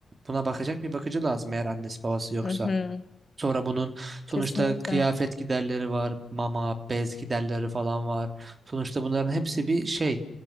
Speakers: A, on the right (about 45°); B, on the left (about 40°).
A: buna bakacak bir bakıcı lazım eğer annesi babası yoksa.
B: hı hı,
A: Sonra bunun sonuçta
B: kesinlikle.
A: kıyafet giderleri var, mama, bez giderleri falan var. Sonuçta bunların hepsi bir şey,